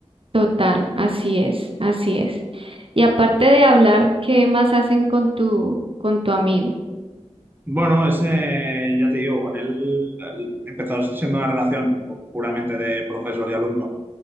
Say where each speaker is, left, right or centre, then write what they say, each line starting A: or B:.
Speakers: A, on the right; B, on the right.
A: Total, así es, así es. Y aparte de hablar, ¿qué más hacen con tu, con tu amigo? <laughs>
B: Bueno, ese, ya te digo, con él el- empezó siendo una relación puramente de profesor y alumno,